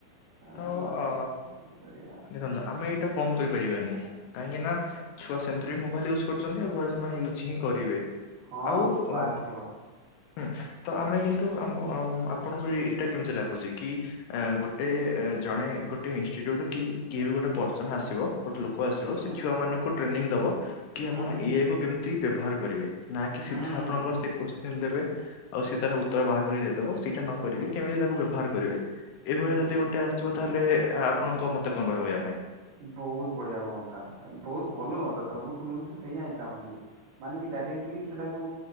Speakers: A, on the right; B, on the left.
A: ଆ
B: ତ ଅ ଦେଖନ୍ତୁ ଆମେ ଏଇଠି ସେଟା ବନ୍ଧ କରି ପାରିବାନି କାହିଁକି ନା ଛୁଆ ସେମିତିରେ ବି ମୋାଇଲ ୟୁଜ କରୁଚନ୍ତି ଆଉ ଘରେ ସେମାନେ ୟୁଜ୍ ହିଁ କରିବେ।
A: ହଁ
B: ଆଉ
A: ବାଧ୍ୟ।
B: ଅ ହୁଁ ତ ଆମେ କିନ୍ତୁ ଆମ୍ଭ ଆମ ଆପଣଙ୍କୁ ଏଇଟା କେମିତି ଲାଗୁଛି କି ଏ ଗୋଟେ ଜଣେ ଗୋଟେ ଇନଷ୍ଟି୍ୟୁଟ କି କିଏ ବି ଗୋଟେ ପର୍ସନ ଆସିବ। ଗୋଟେ ଲୋକ ଆସିବ
A: ହୁଁ
B: ସେ ଛୁଆ ମାନଙ୍କୁ
A: ହୁଁ
B: ଟ୍ରେନିଂ ଦବ କି
A: ହୁଁ
B: ଆପଣ ଏଆଇ କୁ କେମତି ବ୍ୟବହାର କରିବେ ନା କି ସିଧା
A: ହୁଁ ହୁଁ
B: ଆପଣଙ୍କ ସେ କୋସ୍ଚିନ ଦେବେ ଆଉ ସେ ତାର ଉତ୍ତର ବାହାର କରି ଦେଇଦବ ସେଇଟା ନ କରିକି
A: ହୁଁ
B: କେମିତି ତାକୁ ବ୍ୟବହାର କରିବେ ଏଇଭଳିଆ
A: ହୁଁ
B: ଯଦି
A: ହୁଁ
B: ଗୋଟେ ଆସେ ଆସିବ ତାହେଲେ ଆପଣଙ୍କ ମତ କଣ ରହିବ ଏୟା ପାଇଁ।
A: ବହୁତ୍ ବଢିଆ ହୁଅନ୍ତା ବହୁତ୍ ଭଲ ହୁଅନ୍ତା ତ ମୁଁ ତୁମକୁ ତ ସେଇଆ ହଁ ଚାହୁଁଛି। ମାନେ କିି ଡାଇରେକ୍ଟିଲି ସେଟାକୁ